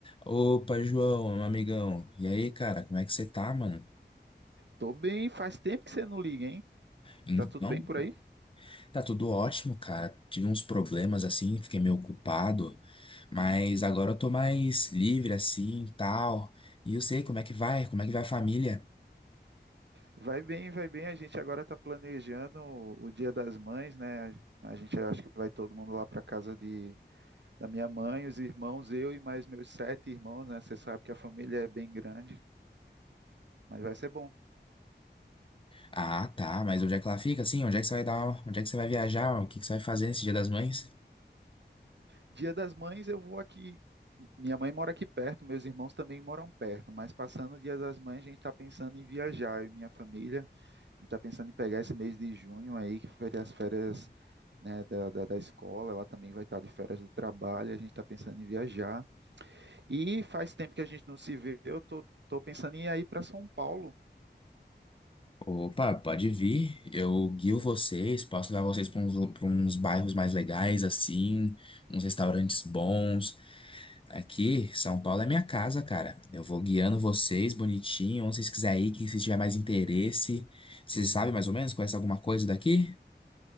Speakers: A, on the left; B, on the right.
A: Opa, João, meu amigão. E aí, cara, como é que você tá, mano?
B: Tô bem, faz tempo que você não liga, hein?
A: Então,
B: Tá tudo bem por aí?
A: tá tudo ótimo, cara. Tive uns problemas assim, fiquei meio ocupado, mas agora eu tô mais livre assim, e tal. E eu sei como é que vai, como é que vai a família.
B: Vai bem, vai bem. A gente agora tá planejando o o Dia das Mães, né? A gente acho que vai todo mundo lá para casa de, da minha mãe, os irmãos, eu e mais meus sete irmãos, né? Você sabe que a família é bem grande, mas vai ser bom.
A: Ah, tá, mas onde é que ela fica assim? Onde é que você vai dar, onde é que você vai viajar? O que que você vai fazer nesse Dia das Mães?
B: Dia das Mães eu vou aqui. Minha mãe mora aqui perto, meus irmãos também moram perto, mas passando o Dia das Mães a gente tá pensando em viajar, eu e minha família. está pensando em pegar esse mês de junho aí, que vai ter as férias, né, da, da, da escola, ela também vai estar de férias do trabalho, a gente está pensando em viajar. E faz tempo que a gente não se vê, eu tô, tô pensando em ir para São Paulo.
A: Opa, pode vir. Eu guio vocês, posso levar vocês para uns, pra uns bairros mais legais, assim, uns restaurantes bons. Aqui, São Paulo é minha casa, cara. Eu vou guiando vocês bonitinho, onde vocês quiserem ir, que se tiver mais interesse. Vocês sabem mais ou menos? Conhece alguma coisa daqui?